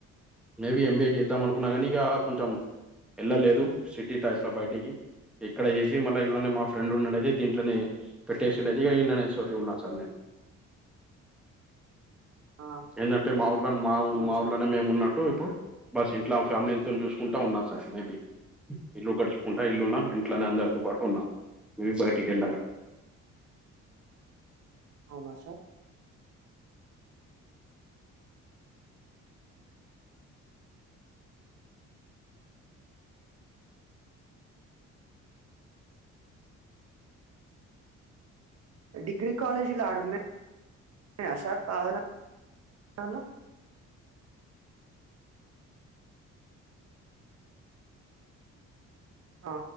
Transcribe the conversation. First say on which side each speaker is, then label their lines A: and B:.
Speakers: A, in the centre; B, on the right.
A: మేబీ ఎంబీఏ చేద్దాం అనుకున్నా కానీ ఇగ కొంచెం వెళ్ళలేదు సిటీ టైప్లో బయటికి ఇక్కడ చేసి మళ్ళీ ఇల్నే మా ఫ్రెండ్ ఉన్నడుయితే దీంట్లోనే పెట్టేసిండది ఇక ఇల్లనే సోరీ ఉన్నా సార్ నేను
B: ఆ
A: ఏందంటే మా ఊర్ల మా
B: అవును
A: మా
B: సార్
A: ఊర్లనే మేము ఉన్నట్టు బస్ ఇంట్లో ఫ్యామిలీతో చూసుకుంటా ఉన్నా సార్ మేబీ ఇల్లు గడుచుకుంటా ఇల్లున్నా ఇంట్లోనే అందరితో పాటు ఉన్నా బయటికి వెళ్ళగా
B: అవునా సార్ డిగ్రీ కాలేజ్ లాడున్నాయ్ ఉన్నాయ సార్ కావనా ఆ